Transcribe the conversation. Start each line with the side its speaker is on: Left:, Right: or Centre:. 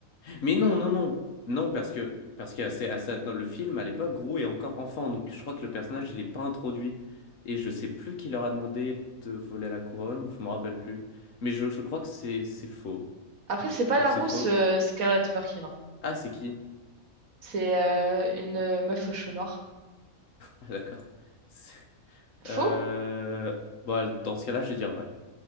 Left: Mais non, non, non. Non, parce que parce que c'est à ça- dans le film à l'époque, Gru est encore enfant, donc je crois que le personnage il est pas introduit. Et je sais plus qui leur a demandé de voler la couronne, ou je me rappelle plus. Mais je, je crois que c'est c'est faux.
Right: Après, c'est pas
Left: Je crois
Right: la
Left: que c'est
Right: rousse
Left: faux.
Right: euh, Scarlett Overkill. hein.
Left: Ah, c'est qui?
Right: C'est euh, une euh, meuf aux cheveux noirs.
Left: Ah, D'accord. C'est-
Right: Faux?
Left: Euh... Bah, dans ce cas-là, je vais dire vrai.